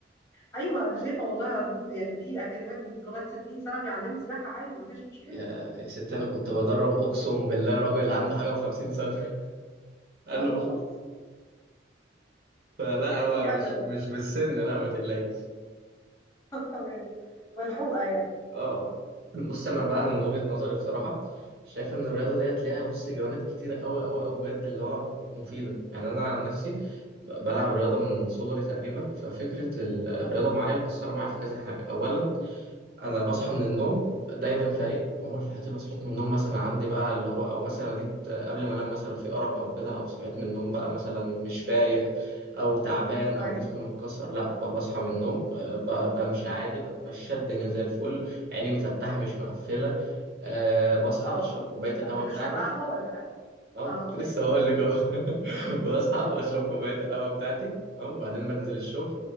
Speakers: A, on the left; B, on the right.
A: ايوه انا شايفه والله العظيم يعني في اكاديميات بي- لغايه 60 سنه بيعلموا سباحه عادي مفيش مشكله
B: يا يا ست انا كنت بدرب اقسم بالله راجل عنده حاجه و50 سنه <laughs> الو
A: اهو شفت
B: فلا
A: يعني
B: هو
A: في امل
B: مش مش بالسن لا ما تقلقيش
A: <laughs> تمام ملحوقه يعني
B: اه بص انا بقى من وجهة نظري بصراحة شايف ان الرياضة ديت ليها بص جوانب كتيرة قوي قوي قوي بجد اللي هو مفيدة يعني انا عن نفسي ب- بلعب رياضة من صغري تقريبا ففكرة الرياضة
A: اه
B: معايا مؤثرة معايا في كذا حاجة اولا انا بصحى من النوم دايما فايق عمري في حياتي ما صحيت من النوم مثلا عندي بقى اللي هو او مثلا جيت قبل ما انام مثلا في ارق او كده او صحيت من النوم بقى مثلا مش فايق او تعبان او
A: طيب
B: جسمي متكسر لا ب- بصحى من النوم آه، ب- بمشي عادي بتمشى الدنيا زي الفل عيني مفتحة مش مقفلة آه، بصحى
A: اه
B: اشرب كوباية القهوة
A: طب بتشرب
B: بتاعتي
A: قهوة ولا لا؟
B: اه
A: اه
B: كنت لسه
A: لازم
B: هقول لك اهو <laughs> بصحى
A: <laughs>
B: واشرب كوبايه القهوه بتاعتي تمام وبعدين بنزل الشغل